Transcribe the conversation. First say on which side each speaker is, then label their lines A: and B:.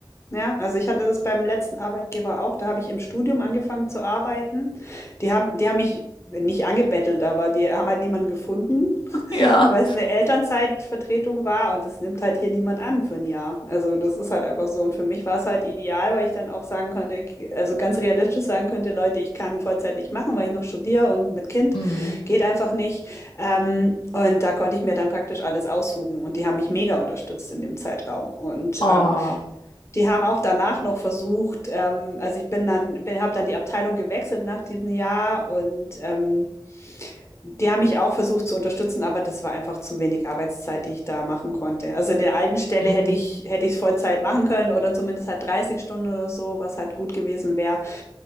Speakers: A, on the left; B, on the left.
A: Ja, also ich hatte das beim letzten Arbeitgeber auch, da habe ich im Studium angefangen zu arbeiten. Die haben, die haben mich nicht angebettelt, aber die haben halt niemanden gefunden,
B: Ja.
A: weil es eine Elternzeitvertretung war und das nimmt halt hier niemand an für ein Jahr. Also, das ist halt einfach so und für mich war es halt ideal, weil ich dann auch sagen konnte also, ganz realistisch sagen könnte: „Leute, ich kann Vollzeit nicht machen, weil ich noch studiere und mit Kind
B: Hm.
A: geht einfach nicht.“ Ähm, und da konnte ich mir dann praktisch alles aussuchen und die haben mich mega unterstützt in dem Zeitraum. Und,
B: Oh.
A: ähm, die haben auch danach noch versucht, ähm also, ich bin dann bin habe dann die Abteilung gewechselt nach diesem Jahr und, ähm, die haben mich auch versucht zu unterstützen, aber das war einfach zu wenig Arbeitszeit, die ich da machen konnte. Also in der alten Stelle
B: Hm.
A: hätte ich hätte ich es Vollzeit machen können oder zumindest halt 30 Stunden oder so, was halt gut gewesen wäre.